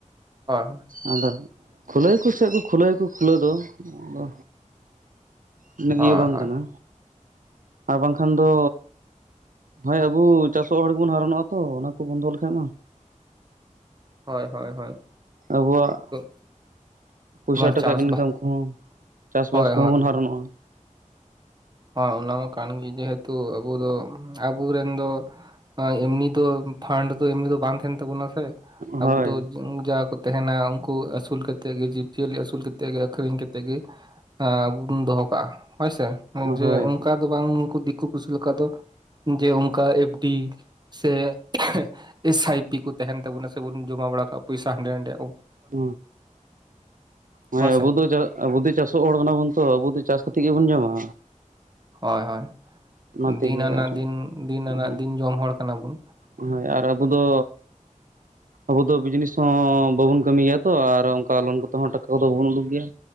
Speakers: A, on the right; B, on the right.
A: ᱦᱳᱭ ᱦᱳᱭ᱾
B: ᱟᱫᱚ ᱠᱷᱩᱞᱟᱹᱭᱟ ᱠᱚ ᱥᱮ ᱠᱚ ᱠᱷᱩᱞᱟᱹᱭᱟᱠᱚ ᱠᱷᱩᱞᱟᱹᱣ ᱫᱚ ᱟᱫᱚ᱾ ᱩᱱᱟᱹᱜ
A: ᱦᱳᱭ
B: ᱤᱭᱟᱹ ᱵᱟᱝ
A: ᱦᱳᱭ
B: ᱠᱟᱱᱟ ᱟᱨ ᱵᱟᱝᱠᱷᱟᱱ ᱫᱚᱼᱼ ᱦᱳᱭ ᱟᱵᱩ ᱪᱟᱥᱚᱜ ᱦᱚᱲ ᱜᱮᱵᱚᱱ ᱦᱟᱨᱚᱱᱚᱜᱼᱟ ᱛᱚ ᱚᱱᱟ ᱠᱚ ᱵᱚᱱᱫᱚ ᱞᱮᱠᱷᱟᱡ ᱢᱟ
A: ᱦᱳᱭ ᱦᱳᱭ ᱦᱳᱭ᱾
B: ᱟᱵᱚᱣᱟᱜ
A: <unintelligible>
B: ᱯᱚᱭᱥᱟ ᱴᱟᱠᱟ
A: ᱪᱟᱥ
B: ᱤᱱᱠᱟᱢ
A: ᱵᱟ
B: ᱠᱚᱦᱚᱸ ᱪᱟᱥᱵᱟᱥ
A: ᱦᱳᱭ
B: ᱠᱚᱦᱚᱸ ᱵᱚᱱ ᱦᱟᱨᱚᱱᱚᱜᱼᱟ᱾
A: ᱦ ᱚᱱᱟ ᱢᱟ ᱠᱟᱱ ᱜᱮ ᱡᱮᱦᱮ ᱛᱩ ᱟᱵᱚ ᱫᱚ ᱟᱵᱚ ᱨᱮᱱ ᱫᱚ, ᱮᱢᱱᱤ ᱫᱚ ᱯᱷᱟᱱᱰ ᱫᱚ ᱮᱢᱱᱤ ᱫᱚ ᱵᱟᱝ ᱛᱟᱦᱮᱱ ᱛᱟᱵᱚᱱᱟ ᱥᱮ
B: ᱦᱳᱭ
A: ᱟᱵᱚ ᱫᱚ᱾ ᱡᱟ ᱠᱚ ᱛᱟᱦᱮᱱᱟ ᱩᱝᱠᱩ ᱟᱹᱥᱩᱞ ᱠᱟᱛᱮᱜ ᱜᱮ ᱡᱤᱵᱽ ᱡᱤᱭᱟᱹᱞᱤ ᱟᱹᱥᱩᱞ ᱠᱟᱛᱮᱜ ᱜᱮ ᱟᱹᱷᱨᱤᱧ ᱠᱟᱛᱮᱜ ᱜᱮᱼᱼ ᱟᱵᱚᱱ ᱫᱚᱦᱚ ᱠᱟᱜᱼᱟ ᱦᱳᱭᱥᱮ ᱡᱮ
B: ᱦᱳᱭ
A: ᱚᱝᱠᱟ ᱫᱚ ᱵᱟᱝ ᱩᱝᱠᱩ ᱫᱤᱠᱩ ᱯᱩᱥᱤ ᱞᱮᱠᱟ ᱫᱚᱼᱼ ᱡᱮ ᱚᱝᱠᱟ ᱮᱯᱷ ᱰᱤ ᱥᱮ ᱮᱥ ᱟᱭ ᱯᱤ ᱠᱚ ᱛᱟᱦᱮᱱ ᱛᱟᱵᱚᱱᱟ ᱥᱮᱵᱚᱱ ᱡᱚᱢᱟ ᱵᱟᱲᱟ ᱠᱟᱜᱼᱟ ᱯᱚᱭᱥᱟ ᱦᱟᱸᱰᱮ ᱱᱟᱸᱰᱮ᱾
B: ᱦ ᱦᱮᱸ
A: ᱦᱳᱭ ᱥᱮ
B: ᱟᱵᱚ ᱫᱚ ᱪᱟᱼᱼ ᱟᱵᱚ ᱫᱚ ᱪᱟᱥᱚᱜ ᱦᱚᱲ ᱠᱟᱱᱟᱵᱚᱱ ᱛᱚ ᱟᱵᱚ ᱫᱚ ᱪᱟᱥ ᱠᱟᱛᱮᱜ ᱜᱮᱵᱚᱱ ᱡᱚᱢᱟ᱾
A: ᱦᱳᱭ ᱦᱳᱭ
B: ᱚᱱᱟ ᱛᱮᱜᱮ
A: ᱫᱤᱱ ᱟᱱᱟᱜ
B: ᱟᱨ
A: ᱫᱤᱱ ᱫᱤᱱ ᱟᱱᱟᱜ
B: ᱦᱮᱸ
A: ᱫᱤᱱ ᱡᱚᱢ ᱦᱚᱲ ᱠᱟᱱᱟᱵᱩᱱ᱾
B: ᱦᱳᱭ ᱟᱨ ᱟᱵᱚ ᱫᱚᱼᱼ ᱟᱵᱚ ᱫᱚ ᱵᱤᱡᱽᱱᱮᱥ ᱦᱚᱸ ᱵᱟᱵᱚᱱ ᱠᱟᱹᱢᱤᱭᱟ ᱛᱚ ᱟᱨ ᱚᱝᱠᱟ ᱞᱳᱱ ᱠᱚᱛᱮ ᱦᱚᱸ ᱴᱟᱠᱟ ᱠᱚᱫᱚ ᱵᱟᱵᱚᱱ ᱩᱸᱰᱩᱠ ᱜᱮᱭᱟ᱾